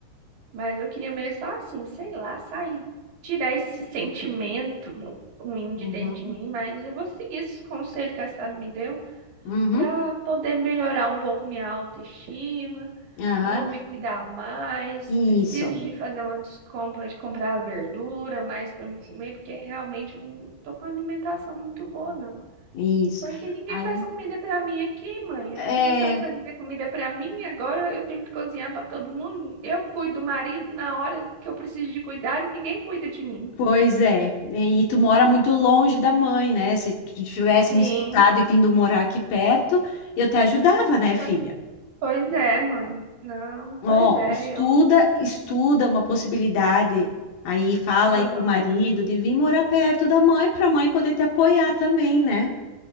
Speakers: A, on the right (about 60°); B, on the left (about 70°).
A: mas eu queria mesmo só assim, sei lá, sair, tirar esse sentimento ruim de
B: Uhum,
A: dentro de mim, mas eu vou seguir esses conselhos que a Sara me deu
B: uhum,
A: para poder melhorar um pouco minha autoestima,
B: aham.
A: vou me cuidar mais,
B: Isso,
A: preciso de fazer umas compras, de comprar verdura mais para me comer, porque realmente eu não tô com uma alimentação muito boa, não.
B: isso.
A: Porque ninguém
B: Aí,
A: faz comida pra mim aqui, mãe.
B: é,
A: Antes a senhora fazia comida pra mim, agora eu tenho que cozinhar pra todo mundo. Eu cuido do marido na hora que eu preciso de cuidado, ninguém cuida de mim.
B: Pois é, e tu mora muito longe da mãe, né? Se tu tivesse
A: Sim,
B: me escutado e vindo morar aqui perto, eu te ajudava, né,
A: pois,
B: filha?
A: pois é, mãe. Não,
B: Ó,
A: pois é,
B: estuda,
A: eu.
B: estuda uma possibilidade. Aí fala
A: Aham.
B: aí com o marido de vir morar perto da mãe para a mãe poder te apoiar também, né?